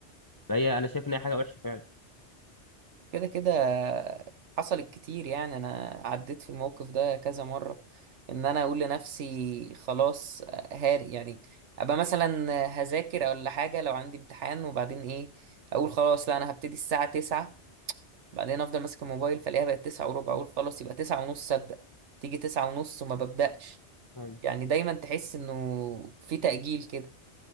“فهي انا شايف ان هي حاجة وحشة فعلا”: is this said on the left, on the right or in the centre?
Left